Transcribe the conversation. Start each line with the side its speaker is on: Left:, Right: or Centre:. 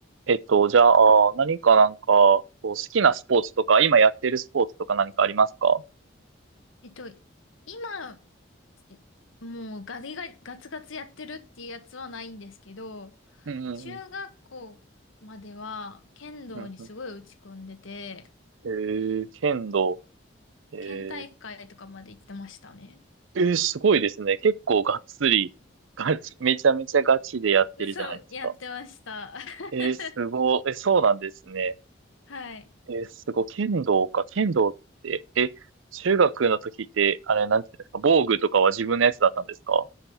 Right: えっと、じゃあ、何かなんか、こう好きなスポーツとか、今やってるスポーツとか何かありますか
Left: えっと、今、いもうガリガリ、ガツガツやってるっていうやつはないんですけど、
Right: うんうんうん。
Left: 中学校までは剣道にすごい打ち込んでて、
Right: うんうんえー、剣道。えー、
Left: 県大会とかまで行ってましたね。
Right: えーすごいですね。結構がっつり、ガチ、めちゃめちゃガチでやってるじゃないですか。
Left: そう、やってました。<laughs>
Right: えー、すごい。え、そうなんですね。
Left: はい。
Right: えー、すごい。剣道か。剣道って、え、中学の時って、あれ、なんていうんですか、防具とかは自分のやつだったんですか